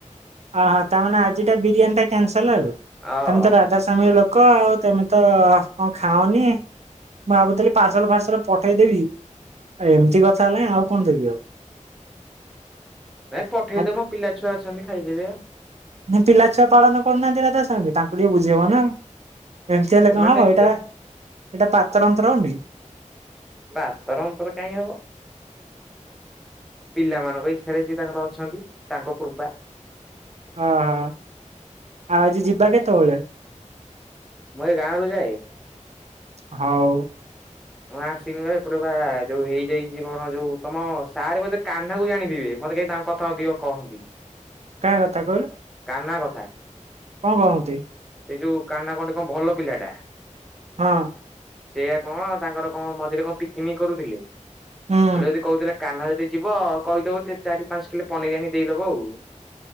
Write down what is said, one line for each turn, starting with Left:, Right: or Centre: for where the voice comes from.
Right: ଅହୋ ତାମାନେ ଆଜିଟା ବିରିୟାନୀଟା କ୍ୟାନସଲ୍ ଆଉ,
Centre: ହଁ
Right: ତମେ ତ ରାଧାସ୍ଵାମୀ ଲୋ କ ଆଉ ତମେ ତ କଣ ଖାଅନି, ମୁଁ ଭାବୁଥିଲି ପାର୍ସଲ ଫାର୍ସଲ ପଠେଇଦେବି, ଆଉ ଏମିତି କଥା ନାଇଁ ଆଉ କଣ ଦେବି ଆଉ?
Centre: ନାଇଁ ପଠେଇଦେ
Right: ଆଉ
Centre: ମୋ ପିଲା ଛୁଆ ଅଛନ୍ତି ଖାଇଦେବେ।
Right: ନା ପିଲାଛୁଆ ପାଳନ କରୁନାହାନ୍ତି ରାଧାସ୍ୱାମୀ ତାଙ୍କୁ ଟିକେ ବୁଝେଇବ ନା। ଏମିତି ହେଲେ
Centre: ସେମାନେ
Right: କଣ ହବ
Centre: ଟିକେ
Right: ଏଇଟା, ଏଇଟା ପାତ ଅନ୍ତର ହଉନି।
Centre: ପାତର ଅନ୍ତର କାଇଁ ହବ। ପିଲାମାନଙ୍କ ଇଚ୍ଛାରେ ଯିଏ ତାଙ୍କର ଅଛନ୍ତି ତାଙ୍କ କୃପା।
Right: ଓହୋ, ଆଉ ଆଜି ଯିବା କେତୋଳେ?
Centre: ମୁଁ ଏ ଗାଁରୁ ଯାଏ।
Right: ହଉ।
Centre: ମୁଁ ଆସିନି ବା ଏପଟେ ବା ଯୋଉ ହେଇଯାଇଛି କଣ ଯୋଉ ତମ ସାର୍ ବୋଧେ କାହ୍ନାକୁ ଜାଣିଥିବେ ମତେ କାହି ତାଙ୍କ କ ଥା ଅଧିକ କହନ୍ତି।
Right: କାହା କଥା କହିଲୁ?
Centre: କାହ୍ନା କଥା।
Right: କଣ କହନ୍ତି?
Centre: ଏଇ ଯୋଉ କାହ୍ନା କଁଟେ କଣ ଭଲ ପିଲାଟା।
Right: ହଁ
Centre: ସେଇଆ କଣ ତାଙ୍କର କଣ ମଝିରେ କଣ ପିକିନିକ୍ କରୁଥିଲେ, କହିଲେ
Right: ହୁଁ
Centre: ଯଦି କହୁଥିଲେ କାହ୍ନା ଯଦି ଯିବ କହିଦବ ଟିଏ ଚାରି ପାଞ୍ଚ କିଲେ ପନିର୍ ଆଣି ଦେଇଦବ ଆଉ।